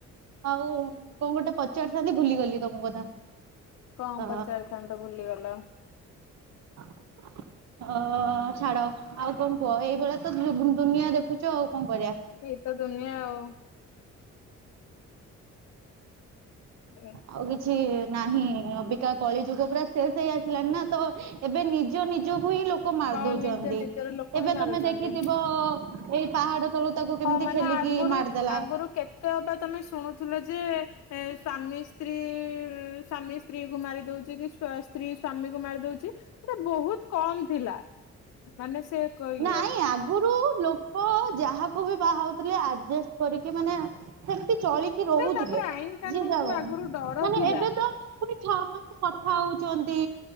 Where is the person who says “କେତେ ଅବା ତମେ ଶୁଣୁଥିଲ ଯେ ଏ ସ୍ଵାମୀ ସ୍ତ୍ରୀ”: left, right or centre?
Left